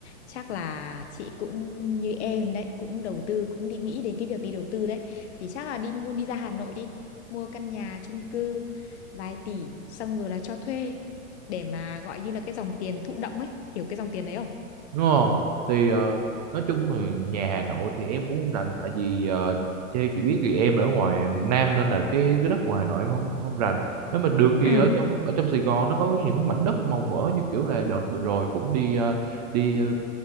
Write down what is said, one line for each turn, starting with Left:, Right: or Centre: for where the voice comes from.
Left: Chắc là chị cũng như em đấy, cũng đầu tư cũng đi nghĩ đến cái việc đi đầu tư đấy. Thì chắc là đi mua đi ra Hà Nội đi, mua căn nhà chung cư vài tỷ xong rồi là cho thuê để mà gọi như là cái dòng tiền thụ động ấy, hiểu cái dòng tiền đấy không?
Right: đúng không thì ờ, nói chung thì nhà Hà Nội thì em cũng không rành tại vì ờ, theo chị biết thì em ở ngoài miền Nam nên là cái cái đất ngoài Hà Nội em không không rành nếu mà được thì
Left: Ừ.
Right: ở trong ở trong Sài Gòn nó có những mảnh đất màu mỡ như kiểu là đợt vừa rồi cũng đi ờ, đi ờ,